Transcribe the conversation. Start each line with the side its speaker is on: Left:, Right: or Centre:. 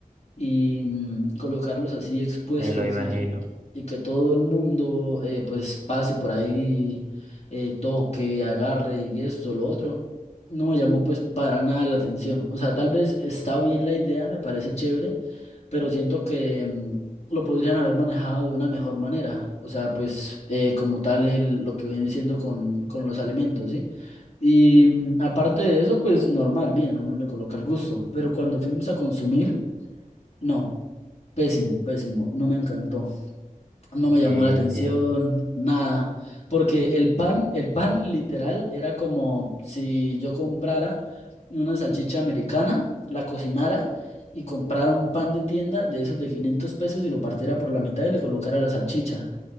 Left: y mm, colocarlos así expuestos
Right: me lo imagino.
Left: y que, y que todo el mundo eh, pues pase por ahí, eh, toque, agarre y esto, lo otro, no me llamó pues para nada la atención. O sea, tal vez está bien la idea, me parece chévere, pero siento que mm, lo podrían haber manejado de una mejor manera. O sea, pues eh, como tal el- lo que viene siendo con, con los alimentos, ¿sí? Y mm, aparte de eso, pues normal, bien, uno le coloca el gusto, pero cuando fuimos a consumir... No, pésimo, pésimo, no me encantó, no
Right: Ok,
Left: me llamó la atención,
Right: entiendo.
Left: nada, porque el pan, el pan literal era como si yo comprara una salchicha americana, la cocinara y comprara un pan de tienda de esos de 500 pesos y lo partiera por la mitad y le colocara la salchicha.